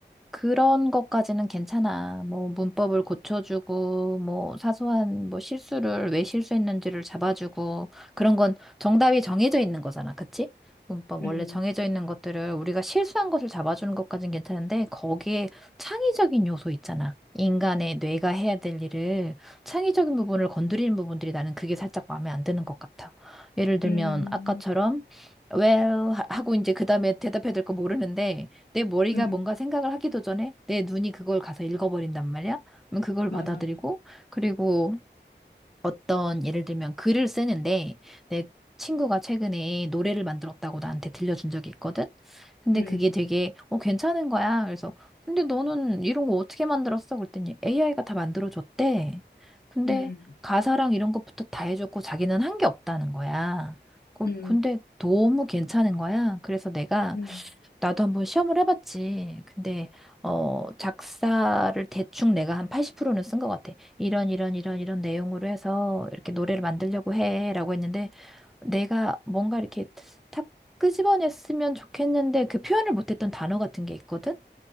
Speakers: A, in the centre; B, on the left.
A: 그런 것까지는 괜찮아. 뭐 문법을 고쳐주고 뭐 사소한 뭐 실수를 왜 실수했는지를 잡아주고 그런 건 정답이 정해져 있는 거잖아. 그치? 문법
B: 음,
A: 원래 정해져 있는 것들을 우리가 실수한 것을 잡아주는 것까진 괜찮은데 거기에 창의적인 요소 있잖아. 인간의 뇌가 해야 될 일을 창의적인 부분을 건드리는 부분들이 나는 그게 살짝 마음에 안 드는 것 같아. 예를 들면
B: 음,
A: 아까처럼 well 하- 하고 이제 그다음에 대답해야 될 거 모르는데 내 머리가
B: 음,
A: 뭔가 생각을 하기도 전에 내 눈이 그걸 가서 읽어버린단 말이야. 그럼 그걸
B: 맞아.
A: 받아들이고, 그리고 어떤 예를 들면 글을 쓰는데 내 친구가 최근에 노래를 만들었다고 나한테 들려준 적이 있거든. 근데
B: 음,
A: 그게 되게 어 괜찮은 거야. 그래서 근데 너는 이런 거 어떻게 만들었어? 그랬더니 AI가 다 만들어줬대. 근데
B: 음,
A: 가사랑 이런 것부터 다 해줬고 자기는 한 게 없다는 거야. 그-
B: 음,
A: 근데 너무 괜찮은 거야. 그래서 내가
B: 음,
A: 나도 한번 시험을 해봤지. 근데, 어, 작사를 대충 내가 한 80%는 쓴 것 같아. 이런, 이런, 이런, 이런 내용으로 해서 이렇게 노래를 만들려고 해. 라고 했는데, 내가 뭔가 이렇게 탁 끄집어냈으면 좋겠는데, 그 표현을 못했던 단어 같은 게 있거든?